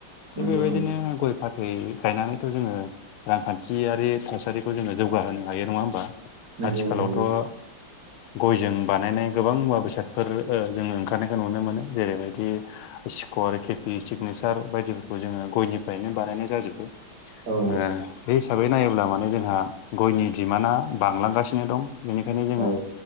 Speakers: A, on the left; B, on the right.
A: थिग
B: नंगौ
A: बेबायदिनो
B: नंगौ
A: गय फाथ दै गायनानैथ' जोङो रांखानथियारि थासारिखौ जोङो जौगाहोनो हायो नङा होमबा
B: नंगौ
A: आथिखालावथ'
B: हायो
A: ओ गयजों बानायनाय गोबां मुवा बेसादफोर ओ जोङो ओंखारनायखौ नुनो मोनो जेरैबायदि सिकर केपि सिगनेसार बायदिफोरखौ जोङो गयनिफ्रायनो बानायनाय जाजोबो ओ
B: औ
A: बे हिसाबै नायोब्ला माने जोंहा गयनि डिमाना बांलांगासिनो दं। बेनिखायनो ओंखायनो जोङो
B: औ